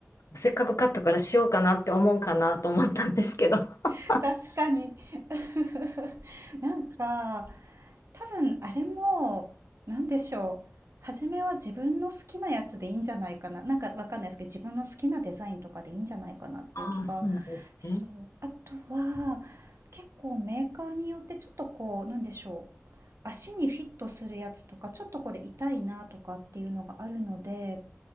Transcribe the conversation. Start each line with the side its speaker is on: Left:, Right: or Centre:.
Left: せっかく買ったからしようかなって思うかなと思ったんですけど。<laughs> あ
Right: <laughs> 確かに。<laughs> なんか、多分あれも、なんでしょう。初めは自分の好きなやつでいいんじゃないかな。なんかわかんないですけど、自分の好きなデザインとかでいいんじゃないかなっていう気が。
Left: あ、そうなんですね。
Right: そう。あとは、結構メーカーによってちょっとこう、なんでしょう。足にフィットするやつとか、ちょっとこれ痛いなとかっていうのがあるので、